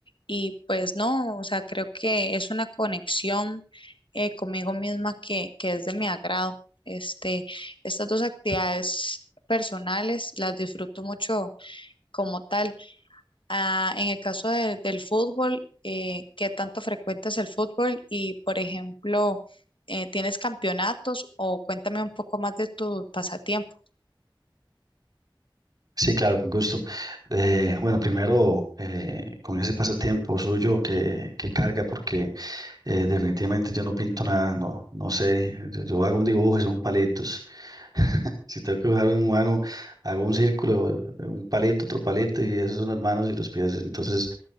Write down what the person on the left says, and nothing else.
y pues no, o sea, creo que es una conexión eh, conmigo misma que, que es de mi agrado. Este, estas dos actividades personales las disfruto mucho como tal. Ah, en el caso de- del fútbol, eh, ¿qué tanto frecuentas el fútbol? Y, por ejemplo, eh, ¿tienes campeonatos o cuéntame un poco más de tu pasatiempo?